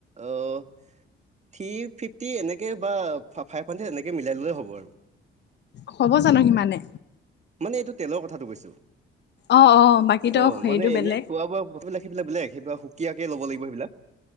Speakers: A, on the right; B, on the left.
A: অহ থ্ৰী ফিফটি এনেকৈ বা ফাইভ হাণ্ড্ৰেড এনেকৈ মিলাই ল'লে হ'ব আৰু।
B: হ'ব জানো সিমানে
A: মানে এইটো তেলৰ কথাটো কৈছো,
B: অ অ বাকীতো
A: অ
B: হেৰিটো
A: মানে এনে
B: বেলেগ
A: খোৱা- বোৱা বস্তুবিলাক বেলেগ সেই কিয়াকে ল'ব লাগিব সেইবিলাক।